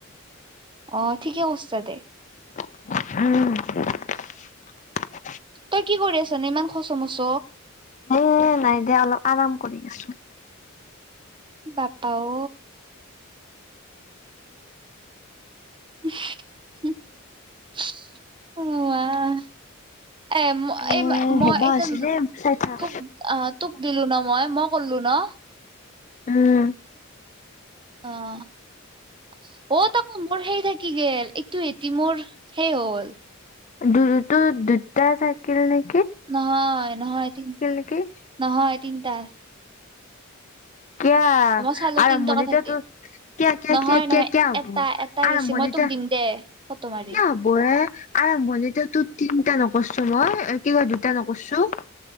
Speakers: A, on the right; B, on the left.
A: অ, ঠিকেই কছছা দে।
B: উম।
A: তই কি কৰি আছানে ইমান খচ মচ
B: এ নাই দেয়া অলপ আৰাম কৰি আছো।
A: বাপাও <unintelligible> এ ম
B: অ
A: এই মই
B: হ'বা
A: এতিয়া
B: হৈছিলে চাই থাক।
A: তোক অ তোক দিলো ন মই মই কল্লো ন। <inaudible>
B: উম।
A: অ' অ' তাকো মোৰ হেইৰি থাকি গল এইটো এটি মোৰ সেই হ'ল
B: দু তো দুটা থাকিল নাই
A: নহয় নহয়তি
B: নেকি?
A: নহয় তিনিটা।
B: কিয়
A: চালো
B: আৰম্ভণিতে
A: তিন টকা থাকিল
B: ত ক কিয়
A: নহয়
B: কিয়
A: নহয়
B: কিয় কিয় হব
A: এটা এটা গেছি
B: আৰম্ভণি
A: মই তোক
B: এয়া কিয়া
A: দিম দে ফটো মাৰি
B: হ'ব এ আৰম্ভণিত তোত তিনটা নকৰছো মই কিবা দুটা নকৰছো।